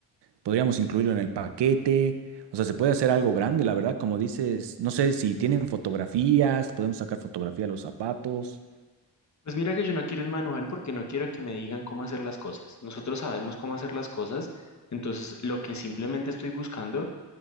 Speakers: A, on the right (about 60°); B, on the left (about 35°).
A: Podríamos incluirlo en el paquete. O sea, se puede hacer algo grande, la verdad. Como dices, no sé si tienen fotografías, podemos sacar fotografía de los zapatos.
B: Pues mira que yo no quiero un manual porque no quiero que me digan cómo hacer las cosas. Nosotros sabemos cómo hacer las cosas, entonces lo que simplemente estoy buscando